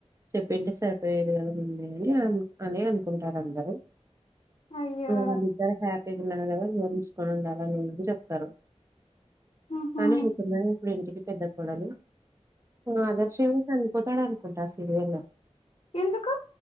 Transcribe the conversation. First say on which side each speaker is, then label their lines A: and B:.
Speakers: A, on the right (about 25°); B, on the left (about 60°).
A: చెప్పింటే సరిపోయేదుగాద ముందే అని అ అనె అనుకుంటారు అందరూ
B: అయ్యో
A: వాళ్ళిద్దరు క్యా ఐదున్నర నెలల్లో నిుసుకుండాలి గాని చెప్తారు
B: ఉహు
A: కానీ మీకున్నా ఇప్పుడి ఇంటికి పెద్ద కోడలు ఆదర్శ ఏమ చనిపోతాడు అనుకుంటా ఆ సీరియల్
B: ఎందుకు?